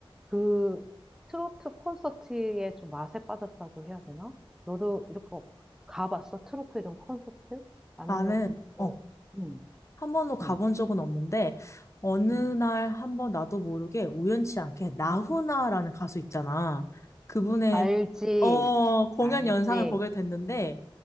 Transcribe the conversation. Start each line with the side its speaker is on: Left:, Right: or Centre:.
Centre: 그 트로트 콘서트에 좀 맛에 빠졌다고 해야 되나? 너도 이렇게 가봤어? 트로트 이런 콘서트? 아니면
Left: 나는,
Centre: 뭐,
Left: 어,
Centre: 음,
Left: 한 번도 가본
Centre: 음,
Left: 적은 없는데 어느
Centre: 음.
Left: 날 한번 나도 모르게 우연치 않게 나훈아라는 가수 있잖아. 그분의
Centre: 알지,
Left: 어, 공연
Centre: 알지.
Left: 영상을 보게 됐는데